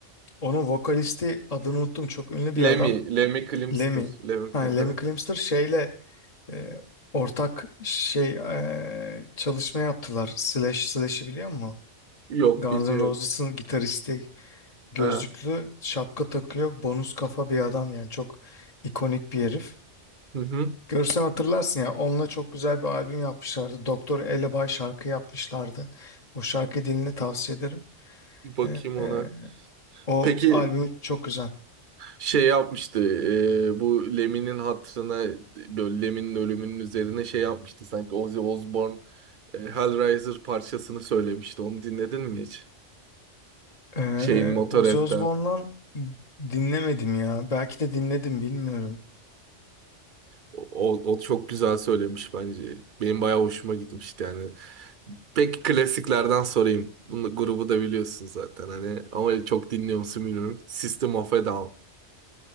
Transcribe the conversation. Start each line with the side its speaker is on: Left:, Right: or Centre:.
Left: onun vokalisti adını unuttum çok ünlü
Right: Lemmy,
Left: bir adam.
Right: Lemmy Kilmister.
Left: Lemmy.
Right: Lemmy,
Left: Hani
Right: Kil-
Left: Lemmy
Right: ha?
Left: Kilmister şeyle e, ortak şey e, çalışma yaptılar. Slash Slash'i biliyor musun?
Right: Yok
Left: Guns
Right: bilmiyorum.
Left: N' Roses'ın gitaristi gözlüklü
Right: Ha.
Left: şapka takıyor. Bonus kafa bir adam yani çok ikonik bir herif.
Right: Hı hı.
Left: Görsen hatırlarsın ya onunla çok güzel bir albüm yapmışlardı. Doktor Elebay şarkı yapmışlardı. O şarkı dilini tavsiye ederim.
Right: Bir bakayım
Left: E,
Right: ona.
Left: e, o
Right: Peki
Left: albüm çok güzel.
Right: şey yapmıştı e, bu Lemin'in hatırına böyle Lemin'in ölümünün üzerine şey yapmıştı sanki Ozzy Osbourne e, Hellraiser parçasını söylemişti onu dinledin mi hiç?
Left: Ee,
Right: Şeyin Motorhead'den.
Left: Ozzy Osbourne'dan dinlemedim ya. Belki de dinledim bilmiyorum.
Right: O, o çok güzel söylemiş bence. Benim bayağı hoşuma gitmişti yani. Peki klasiklerden sorayım. Bunu grubu da biliyorsun zaten hani ama çok dinliyor musun bilmiyorum. System of a Down.